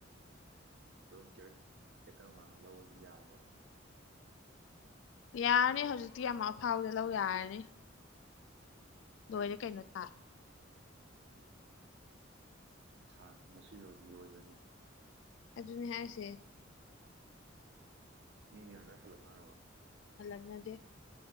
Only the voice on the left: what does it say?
ꯌꯥꯔꯅꯤ ꯍꯧꯖꯤꯛꯇꯤ ꯌꯥꯝ ꯑꯐꯥꯎꯗ ꯂꯧ ꯌꯥꯔꯅꯤ ꯂꯣꯏꯔꯦ
ꯀꯩꯅꯣ ꯊꯥ
ꯑꯗꯨꯅꯦ ꯍꯥꯏꯁꯦ
ꯍꯥꯜꯂꯛꯅꯗꯦ